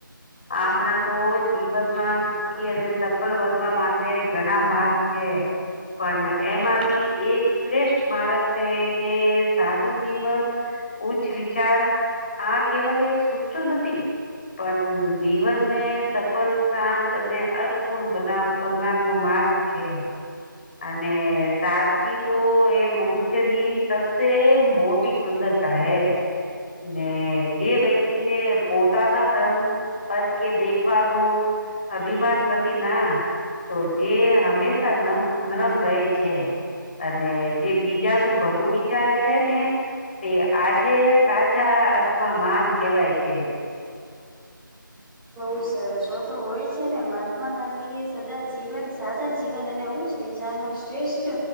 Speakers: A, on the left; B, in the centre.
A: આપણા તો જીવનમાં સુખી અને સફળ બનવા માટે ઘણા માર્ગ છે પણ એમાંથી એક શ્રેષ્ઠ મારક છે કે સાધુ જીવન ઉચ્ચ વિચાર આ કેવલ એક સૂત્ર નથી પણ જીવનને સફલ શાંત અને અર્થપૂર્ણ બનવાનો માર્ગ છે અને સાદગી તો એ મનુષ્યની સબસે મોટી સુંદર હે ને જે વ્યક્તિને પોતાના ધન પદ કે દેખવાનું અભિમાન નથી ના તો જે હંમેશા નમ નરમ રહે છે અને જે બીજાનું ભલું વિચારે છે ને તે આજે સાચા અર્થમાં માન કેવાય છે
B: બહુ સરસ હો તો હોય છે ને મહાત્મા ગાંધી એ સદા જીવન સાદા જીવન અને ઉઊચવીચ તેનુ શ્રેષ્ઠ